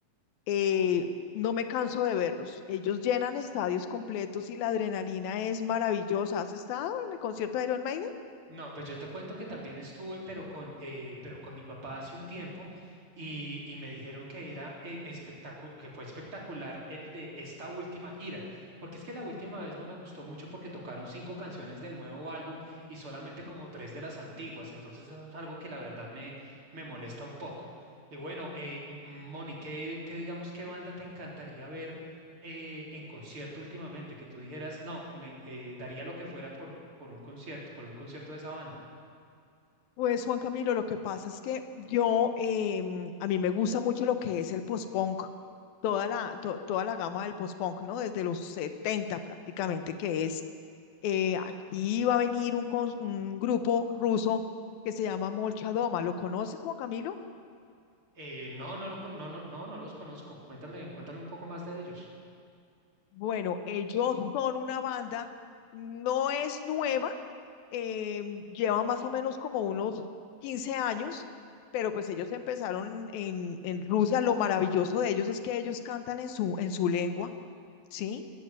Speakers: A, on the left; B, on the right.
A: eh, no me canso de verlos. Ellos llenan estadios completos y la adrenalina es maravillosa. ¿Has estado en el concierto de Iron Maiden?
B: No, pues yo te cuento que también estuve, pero con, eh, pero con mi papá hace un tiempo y, y me dijeron que era espectacular, que fue espectacular el de esta última gira, porque es que la última vez no me gustó mucho porque tocaron cinco canciones del nuevo álbum y solamente como tres de las antiguas, entonces eso es algo que la verdad me, me molesta un poco. Y bueno, eh, M- Moni, ¿qué, qué digamos, qué banda te encantaría ver? eh, en concierto últimamente que tú dijeras, no, me en- eh, daría lo que fuera por, por un concierto, por un concierto de esa banda?
A: Pues Juan Camilo, lo que pasa es que yo, em, a mí me gusta mucho lo que es el post-punk, toda la, to- toda la gama del post-punk, ¿no? Desde los 70 prácticamente, que es, eh, aquí va a venir un, cons- un grupo ruso que se llama Molchadoma. ¿Lo conoces, Juan Camilo?
B: Eh, no, no lo, con- no, no, no, no los conozco. Cuéntame, cuéntame un poco más de ellos.
A: Bueno, ellos son una banda, no es nueva, eh, lleva más o menos como unos 15 años, pero pues ellos empezaron en, en Rusia. Lo maravilloso de ellos es que ellos cantan en su, en su lengua, ¿sí?